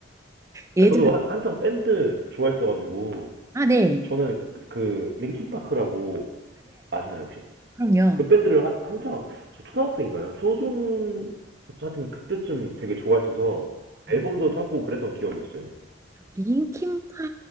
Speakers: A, on the right; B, on the right.
A: 예전
B: 아, 저도 한, 한창 밴드 좋아했어가지고
A: 아네아네
B: 저는 그- 그 l i n 라고 아시나요 혹시?
A: 그럼요
B: 그 밴드를 한, 한창 저 초등학생인가요? 초중 하여튼 그때쯤 되게 좋아했어서
A: 음.
B: 앨범도 사고 그랬던 기억이 있어요.
A: linkin 가